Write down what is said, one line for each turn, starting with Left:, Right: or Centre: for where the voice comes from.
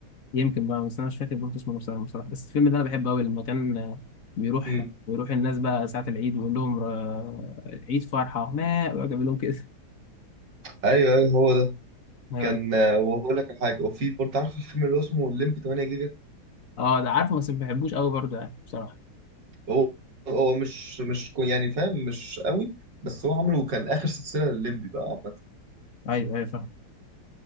Left: يمكن بقى بس انا مش فاكر برضه اسمه بصراحه بصراحة. بس الفيلم ده انا بحبه قوي لما كان آه، بيروح
Right: امم
Left: بيروح الناس بقى ساعه العيد ويقول لهم آه، عيد فرحه ما ويقعد يعمل لهم كده <laughs>
Right: ايوه ايوه هو ده
Left: ايوه
Right: كان
Left: أنا-
Right: آه، وهقول لك على حاجة وفي برضه عارف الفيلم اللي هو اسمه الليمبي 8 جيجا
Left: اه ده عارفه بس ما بحبوش قوي برضه يعني بصراحه
Right: هو هو مش مش كو- يعني فاهم مش قوي بس هو عامله كان آخر سلسلة للليمبي بقى عامة
Left: ايوه ايوه فاهم